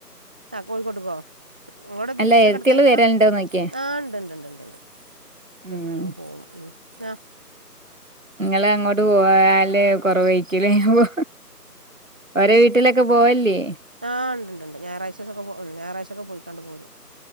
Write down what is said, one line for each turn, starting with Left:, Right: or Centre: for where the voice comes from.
Centre: ആ കോഴിക്കോട്ടക്കോ അങ്ങോടെ ബീച്ചിൻ്റെ
Right: അല്ല എഴത്തികള്
Centre: കടുത്തായിട്ടാ
Right: വരലുണ്ടോന്ന് ചോദിക്കാ
Centre: ആ ഉണ്ട് ഉണ്ട് ഉണ്ട് ഉണ്ട് ഉണ്ട് കെരുന്നാഗം
Right: ഉം
Centre: പോകും ആ
Right: നിങ്ങള് അങ്ങോട്ട് പോല് കൊറവഴക്കല പോ ഒരേ വീട്ടിലൊക്കെ പോവല്ലേ
Centre: ആഹ് ഉണ്ടണ്ട് ഞായറാഴ്ചച്ചൊക്കെ ഞായറാഴ്ചൊക്കെ പോയിക്കാണ്ട് പോരും